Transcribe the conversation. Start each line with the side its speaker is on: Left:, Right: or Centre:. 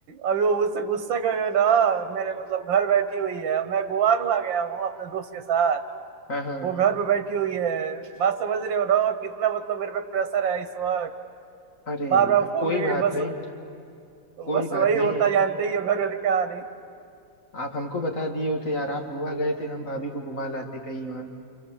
Right: अभी वो उससे गुस्सा कर रहे हो ना मेरे मतलब घर बैठी हुई है अब मैं गोवान आ गया हूँ अपने दोस्त के साथ
Left: हाँ हाँ
Right: वो घर में बैठी हुई है बात समझ रहे हो ना कितना मतलब मेरे पे प्रेशर है इस वक्त
Left: अरे
Right: बार बार
Left: यार
Right: फोन
Left: कोई
Right: करके
Left: बात
Right: बस
Left: नहीं कोई
Right: बस
Left: बात
Right: वही
Left: नहीं
Right: होता जानते ही हो घर का
Left: आप हमको बता दिए होते यार
Right: नहीं
Left: आप गोवा गए थे हम भाभी को घुमा लाते कहीं और